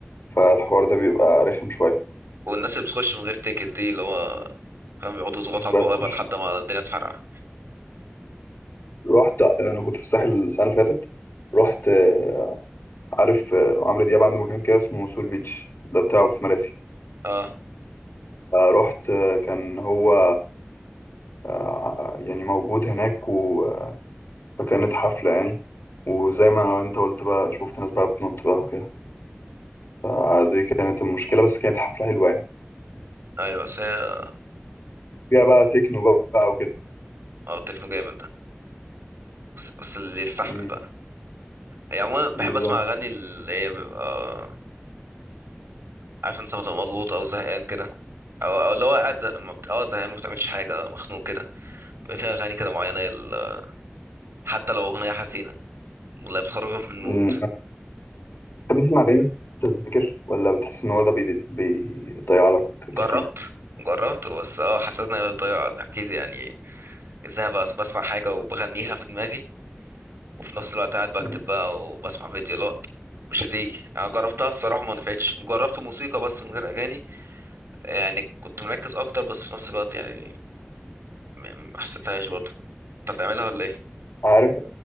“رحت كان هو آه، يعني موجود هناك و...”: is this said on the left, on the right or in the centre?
Left